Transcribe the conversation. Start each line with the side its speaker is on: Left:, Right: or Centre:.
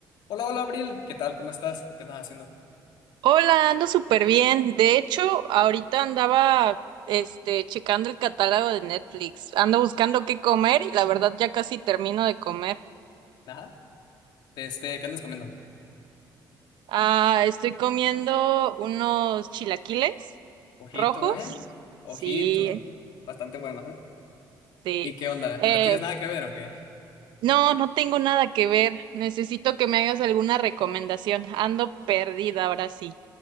Left: Hola, hola, Abril. ¿Qué tal? ¿Cómo estás? ¿Qué andas haciendo?
Right: Hola, ando súper bien. De hecho, ahorita andaba, este, checando el catálogo de Netflix. Ando buscando qué comer y la verdad ya casi termino de comer.
Left: Nada, Este, ¿qué andas comiendo?
Right: Ah, estoy comiendo unos chilaquiles
Left: Ojito,
Right: rojos.
Left: ¿eh? Ojito.
Right: Sí,
Left: Bastante bueno, ¿eh?
Right: sí.
Left: ¿Y qué onda?
Right: Eh,
Left: ¿Y no tienes nada que ver o qué?
Right: no, no tengo nada que ver. Necesito que me hagas alguna recomendación. Ando perdida ahora sí.